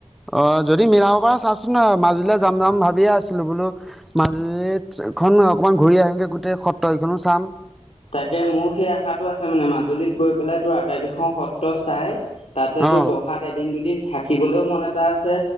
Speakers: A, in the centre; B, on the left.
A: অ', যদি মিলাব পৰা চাচোন ন' মাজুলী যাম যাম ভাবিয়ে আছিলো বুলো মাজুলীত এখনই অকমান ঘূৰি আহিমগে, গোটেই সত্ৰ কেইখনো চাম।
B: তাকে মোৰ সেই আশাটো আছে মানে মাজুলীত গৈ পেলাই তোৰ আটাইকেইখন সত্ৰ চাই তাতে তোৰ
A: অ
B: বহাত এদিন দুদিন থাকিবলৈও মন এটা আছে।